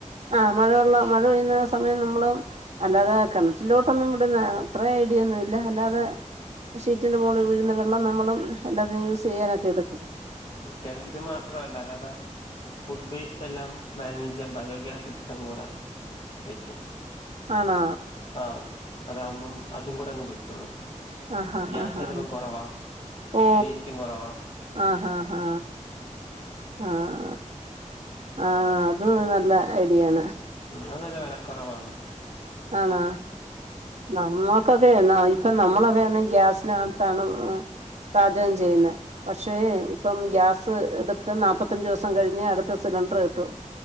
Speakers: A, on the right; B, on the left.
A: ആഹ് മഴവെള്ളം മഴ പെയ്യുന്ന സമയം നമ്മള് അല്ലാതെ കെണറ്റിലോട്ടൊന്നുംവിടുന്നെ അത്ര ഐഡിയൊന്നും ഇല്ല അല്ലാതെ ഷീറ്റിന്റെ മോളിൽ വീഴുന്ന വെള്ളം നമ്മളും എല്ലാത്തിനും യൂസെയ്യാനൊക്കെ എടുക്കും
B: ഇൻ ക്കെ ഇത് മാത്രവല്ല അല്ലതെ ഫുഡ് വേസ്റ്റ് എല്ലാം മാനേജ് ചെയ്യാൻ ബയോഗ്യാസ് സിസ്റ്റം കൂടെ വയ്ക്കും
A: ആണോ
B: ആഹ് അതാവുമ്പം അതും കൂടെ അങ്ങ് പൊയ് ക്കോളും
A: ആഹ് ആഹ്
B: ഗ്യാസെലവും
A: ആഹ് ആഹ്
B: കൊറവാ
A: ഓ
B: വേസ്റ്റും കൊറവാ
A: ആഹ് ഹാ ഹാ ആഹ് ആഹ് ആ അത് നല്ല ഐഡിയാണ്
B: ഉം അത് നല്ല വിലക്കുറവാണ്
A: ആണോ നമ്മ ഇപ്പൊ ഒക്കെ ന്നാ ഇപ്പം നമ്മളൊക്കെന്ന് ഗ്യാസിലകത്താണ് പാചകം ചെയ്യുന്നത് പക്ഷേ ഇപ്പം ഗ്യാസ് എടുത്ത് നാല്പ്പത്തഞ്ചു ദിവസം കഴിഞ്ഞ് അടുത്ത സിലിണ്ടർ കിട്ടു